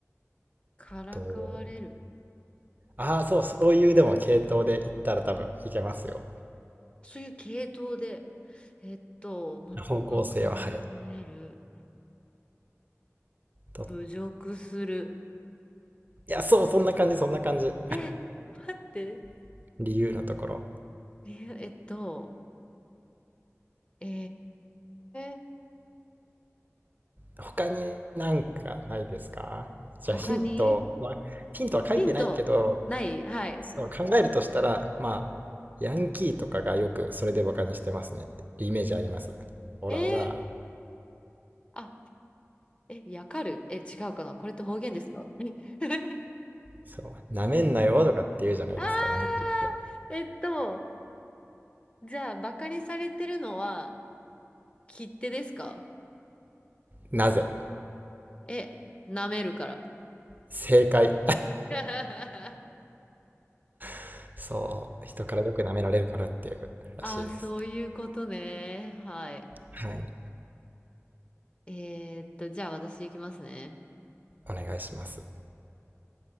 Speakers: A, on the left; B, on the right.
A: からかわれる。
B: と、ああそうそういうでも系統で言ったら多分いけますよ
A: そういう系統で。えっと、待って、
B: 方向性ははい
A: バカにされる。
B: と
A: 侮辱する。
B: いやそうそんな感じそんな感じ
A: え、待って。
B: <laughs> 理由のところ
A: ねえっと、えー、
B: 他になんかないですかじゃあヒントはヒントは書いてないけど
A: 他にヒントないはい。
B: そう考えるとしたら、まあ、ヤンキーとかがよくそれでバカにしてますね。イメージあります。オラオラ。
A: えー、あ、え、やかるえ、違うかなこれって方言ですかえ <laughs>
B: そう、なめんなよとかって言うじゃないですか、
A: あ
B: ヤンキーって。
A: ーえっと、じゃあ、バカにされてるのは、切手ですか
B: なぜ
A: え、舐めるから。
B: 正解。
A: <laughs>
B: <laughs> そう、人からよく舐められるからっていうらしいですね。
A: ああ、そういうことね。はい。
B: はい、
A: えーっと、じゃあ私行きますね。
B: お願いします。